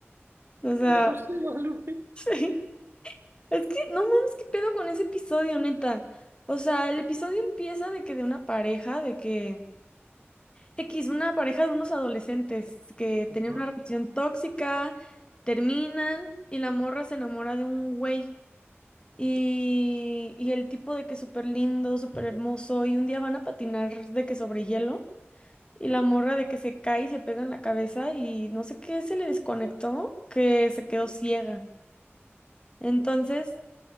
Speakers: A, on the left; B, on the right.
A: O sea,
B: La Rosa de Guadalupe.
A: <laughs> sí. Es que no mames, qué pedo con ese episodio, neta. O sea, el episodio empieza de que de una pareja, de que X, una pareja de unos adolescentes que
B: Ajá.
A: tenían una relación tóxica, terminan y la morra se enamora de un güey. Y, y el tipo de que súper lindo, súper hermoso, y un día van a patinar de que sobre hielo, y la morra de que se cae y se pega en la cabeza, y no sé qué se le desconectó, que se quedó ciega. Entonces,